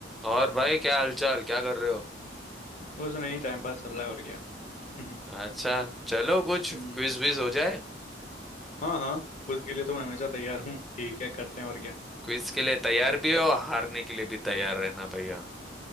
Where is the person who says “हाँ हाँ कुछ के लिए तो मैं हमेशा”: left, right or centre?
Left